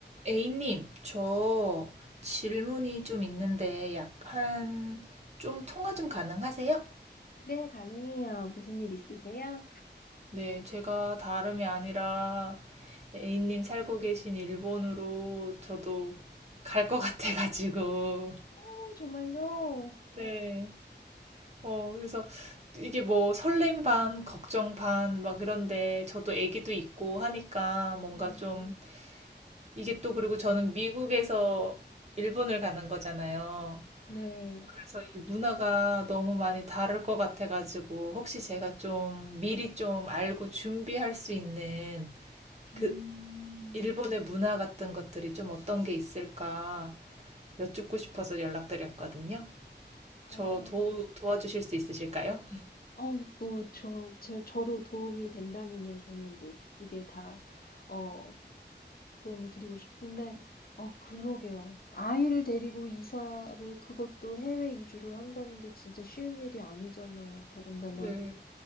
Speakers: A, on the right; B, on the left.
A: A님, 저 질문이 좀 있는데 약간 좀 통화 좀 가능하세요?
B: 네, 가능해요. 무슨 일 있으세요?
A: 네, 제가 다름이 아니라 A님 살고 계신 일본으로 저도 갈 것 같아가지고.
B: 오, 정말요?
A: 네. 어, 그래서 이게 뭐 설렘 반, 걱정 반, 막 그런데 저도 애기도 있고 하니까 뭔가
B: 음,
A: 좀 이게 또 그리고 저는 미국에서 일본을 가는 거잖아요.
B: 네.
A: 그래서 이 문화가 너무 많이 다를 것 같아가지고 혹시 제가 좀 미리 좀 알고 준비할 수 있는
B: 음,
A: 그 일본의 문화 같은 것들이 좀 어떤 게 있을까 여쭙고 싶어서 연락드렸거든요.
B: 어,
A: 저 도, 도와주실 수 있으실까요?
B: 아우, 뭐, 저, 제, 저로 도움이 된다면요. 저는 뭐, 기쁘게 다, 어, 도움을 드리고 싶은데, 어, 그러게요. 아이를 데리고 이사를, 그것도 해외 이주를 한다는 게 진짜 쉬운 일이 아니잖아요. 더군다나,
A: 네.